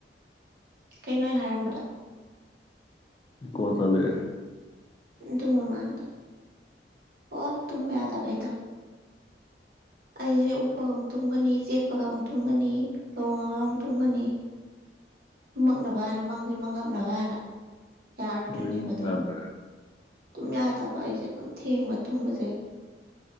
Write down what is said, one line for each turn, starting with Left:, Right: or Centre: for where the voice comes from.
Right: ꯀꯩꯅꯣ ꯑꯩ ꯍꯥꯏꯔꯝꯕꯗꫭ
Left: ꯏꯀꯣ ꯆꯠꯂꯛꯑꯦ
Right: ꯑꯗꯨ ꯃꯃꯥꯡꯗ ꯑꯣ ꯇꯨꯝꯕ ꯌꯥꯗꯕꯩꯗꯣ ꯑꯩꯁꯦ ꯎꯞꯄꯒ ꯑꯃꯨꯛ ꯇꯨꯝꯒꯅꯤ ꯆꯦꯞꯄꯒ ꯑꯃꯨꯛ ꯇꯨꯝꯒꯅꯤ ꯂꫭꯡꯉꯒ ꯑꯃꯨꯛ ꯇꯨꯝꯒꯅꯤ ꯨꯃꯛꯅꯕ ꯑꯥꯅ ꯃꯪꯁꯦ ꯃꯉꯛ ꯅꯕꯅ ꯌꯥꯔꫭꯏꯗꯣꯏꯅꯦꯕ
Left: ꯑꯗꯩ ꯃꯨꯛ
Right: ꯑꯗꯣ
Left: ꯌꯥꯗ꯭ꯔꯦ
Right: ꯇꯨꯝ ꯌꯥꯗꯕ ꯑꯩꯁꯦ ꯑꯗꯨꯝ ꯊꯦꯡꯕ ꯇꯨꯝꯕꯁꯦ